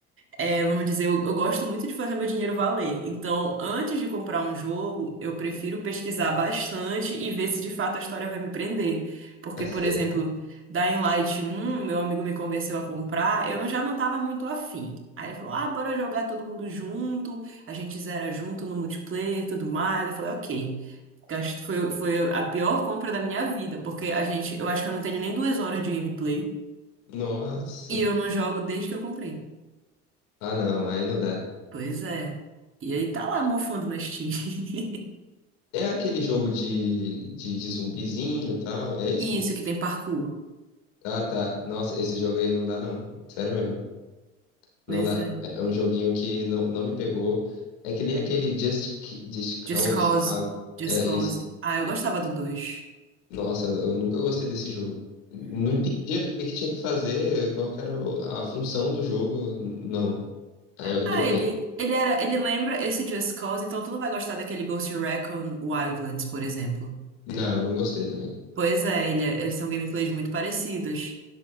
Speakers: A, on the right; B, on the left.
A: é, vamos dizer, eu, eu gosto muito de fazer meu dinheiro valer. Então, antes de comprar um jogo, eu prefiro pesquisar bastante e ver se de fato a história vai me prender. Porque,
B: Tá certo.
A: por exemplo, Dying Light 1, meu amigo me convenceu a comprar, eu não- já não estava muito afim. Aí ele falou: ah, bora jogar todo mundo junto, a gente zera junto no multiplayer, tudo mais. Eu falei: ok. Gasto- Foi, foi a pior compra da minha vida, porque a gente, eu acho que eu não tenho nem duas horas de gameplay
B: Nossa.
A: e eu não jogo desde que eu comprei.
B: Ah, não, aí não dá.
A: Pois é. E aí tá lá mofando na Steam. <laughs>
B: É aquele jogo de, de, de zumbizinho e tal, é esse?
A: E isso que tem parkour.
B: Ah, tá. Nossa, esse jogo aí não dá, não. Sério mesmo.
A: Pois
B: Não dá.
A: é.
B: É é um joguinho que não, não me pegou. É que nem aquele Just, Ki- Just Cause.
A: Just Cause.
B: Cause.
A: Just
B: É isso.
A: Cause. Ah, eu gostava do dois
B: Nossa, eu nunca gostei desse jogo. Não entendia o que que tinha que fazer, qual que era o- a função do jogo. N- Não. Aí eu dropei.
A: Ah, ele, ele era, ele lembra esse Just Cause, então tu não vai gostar daquele Ghost Recon Wildlands, por exemplo.
B: Não, eu não gostei também.
A: Pois é, ele é- eles são gameplays muito parecidos.